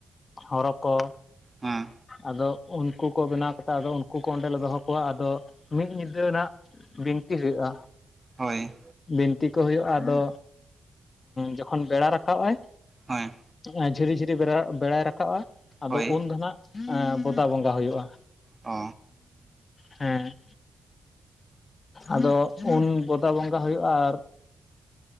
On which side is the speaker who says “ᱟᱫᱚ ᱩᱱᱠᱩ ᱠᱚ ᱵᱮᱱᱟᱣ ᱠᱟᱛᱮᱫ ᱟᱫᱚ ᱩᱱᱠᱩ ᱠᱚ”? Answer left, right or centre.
Left